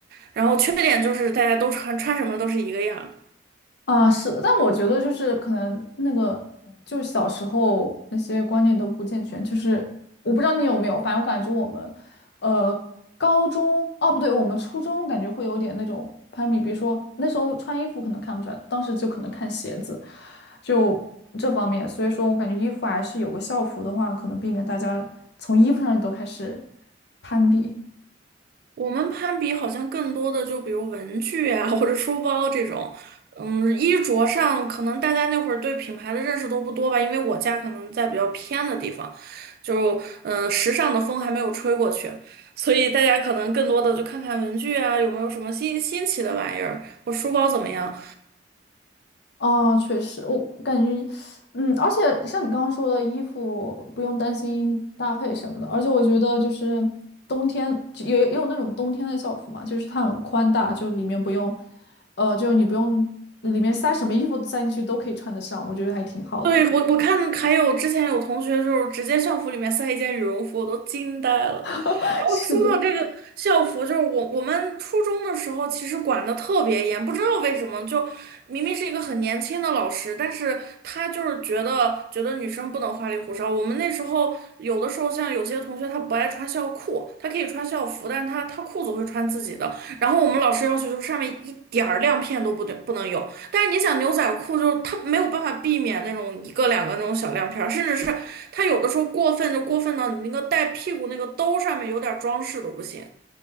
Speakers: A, on the right; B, on the left.
A: 然后缺点就是大家都穿穿什么都是一个样。
B: 啊，是的，但我觉得就是可能那个就是小时候那些观念都不健全，就是我不知道你有没有，反正我感觉我们，呃，高中哦不对，我们初中感觉会有点那种攀比，比如说那时候穿衣服可能看不出来，当时就可能看鞋子，就这方面，所以说我感觉衣服还是有个校服的话，可能避免大家从衣服上都开始攀比。
A: 我们攀比好像更多的就比如文具啊，或者书包这种，嗯，衣着上可能大家那会儿对品牌的认识都不多吧，因为我家可能在比较偏的地方，就嗯，时尚的风还没有吹过去，所以大家可能更多的就看看文具啊，有没有什么新新奇的玩意儿，我书包怎么样，
B: 哦，确实，我感觉，嗯，而且像你刚刚说的，衣服不用担心搭配什么的，而且我觉得就是冬天就也也有那种冬天的校服嘛，就是它很宽大，就里面不用，呃，就你不用里面塞什么衣服塞进去都可以穿得上，我觉得还挺好的。
A: 对，我我看还有之前有同学就是直接校服里面塞一件羽绒服，我都惊呆了。
B: <laughs>
A: 然后说到这个校服，
B: 是的。
A: 就是我我们初中的时候其实管得特别严，不知道为什么就明明是一个很年轻的老师，但是他就是觉得觉得女生不能花里胡哨。我们那时候有的时候像有些同学他不爱穿校裤，他可以穿。穿校服，但是他他裤子会穿自己的。然后我们老师要求就是上面一点儿亮片都不对不能有。但是你想牛仔裤就是它没有办法避免那种一个两个那种小亮片甚至是它有的时候过分就过分到你那个带屁股那个兜上面有点装饰都不行。